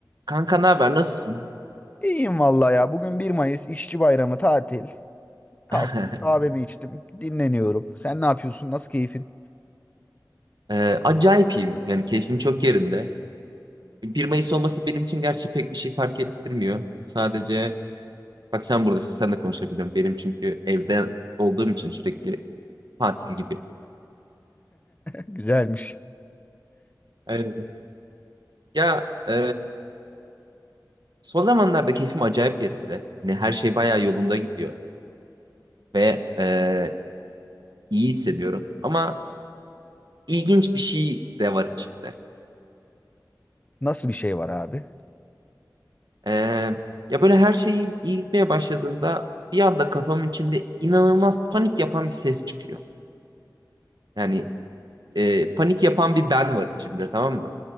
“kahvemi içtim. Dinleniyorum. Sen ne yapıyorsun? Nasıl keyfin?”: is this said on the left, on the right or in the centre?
Left